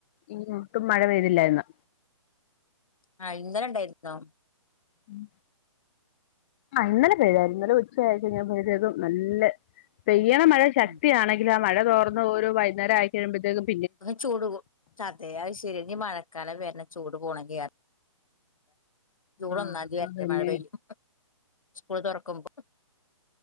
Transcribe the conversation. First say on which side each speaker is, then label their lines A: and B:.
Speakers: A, on the left; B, on the left.
A: ഇങ്ങോട്ടും മഴ പെയ്തില്ല ഇന്ന്
B: ങാ ഇന്നലെ ണ്ടായിരുന്നു <unintelligible>
A: ഉം ആ ഇന്നലെ പെയ്തായിരുന്നു ഇന്നലെ ഉച്ചയായികയ്ഞപം നല്ല ഒരു പെയ്യണ മഴ ശക്തിയാണെങ്കില
B: ഉം
A: മഴ തോർന്ന് ഒരു വൈുന്നേരായിക്കഴിയുമ്പോഴത്തേക്കും
B: അ ചൂടുകു ചാതെ അയ് ശരി നിമഴ കല വരുന്ന ചൂട് പോണെങ്കിൽ ജൂൺ
A: ആഹ്
B: ഒന്നാം തീയതി വരത്തെ
A: അതന്നെ
B: മഴ പെയ്യും സ്കൂൾ തുറക്കുമ്പോ